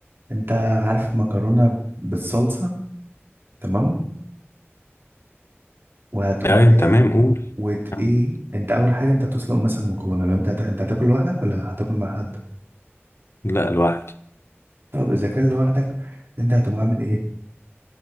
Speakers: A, on the right; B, on the left.
A: انت عارف مكرونه بالصلصه تمام وهتقوم
B: ايوه
A: جاي
B: تمام قول
A: وت
B: كمل.
A: ايه انت اول حاجه انت هتسلق مثلا مكرونه لو انت هت... انت هتاكل لوحدك ولا هتاكل مع حد
B: لا لوحدي
A: طب اذا كان لوحدك انت هتقوم عامل ايه